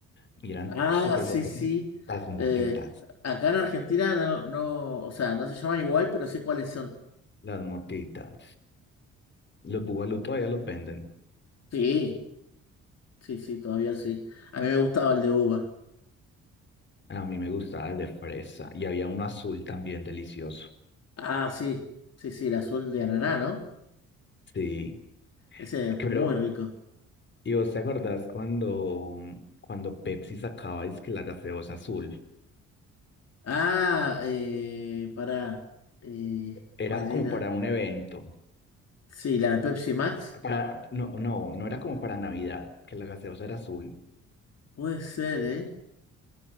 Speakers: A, on the left; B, on the left.
A: y eran
B: Ah,
A: súper
B: sí,
A: suaves.
B: sí.
A: y Las motitas,
B: Eh, acá en Argentina no, no, o sea, no se llaman igual, pero sé cuáles son.
A: las motitas. Los bugalú todavía los venden.
B: Sí, sí, sí, todavía sí. A mí me gustaba el de uva.
A: A mí me gustaba el de fresa y había uno azul también delicioso.
B: Ah, sí, sí, sí, el azul de ananá, ¿no?
A: Sí,
B: Ese es
A: pero
B: muy rico.
A: ¿y vos te acordás cuando, cuando Pepsi sacaba que la gaseosa azul?
B: Ah, eh, pará. Eh,
A: Era
B: ¿cuál
A: como
B: era?
A: para un evento.
B: Sí, la de Pepsi Max.
A: Para, no, no, no era como para Navidad, que la gaseosa era azul.
B: Puede ser, ¿eh?